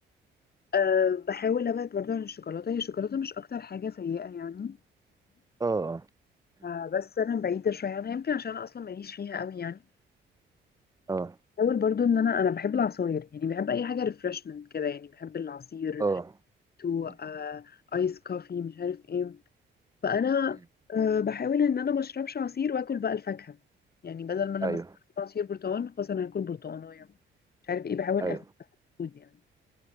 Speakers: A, on the left; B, on the right.
A: أه بحاول ابعد برضو عن الشوكولاتة هي الشوكولاتة مش أكتر حاجة سيئة يعني عامة
B: اه اه مم.
A: آه، بس أنا بعيدة شوية عنها يمكن عشان أنا أصلا ماليش فيها قوي يعني
B: اه
A: بحاول برضو إن أنا أنا بحب العصاير يعني بحب أي حاجة ريفرشمنت كده يعني بحب العصير
B: اه
A: تو
B: مم.
A: آه، آيس كوفي مش عارف ايه فانا
B: مم.
A: آه، بحاول ان انا ما اشربش عصير واكل بقى الفاكهه يعني بدل ما انا
B: ايوه
A: مثلا أكل عصير برتقال خلاص انا هاكل برتقانه مش عارف ايه بحاول
B: ايوه
A: اخد فود يعني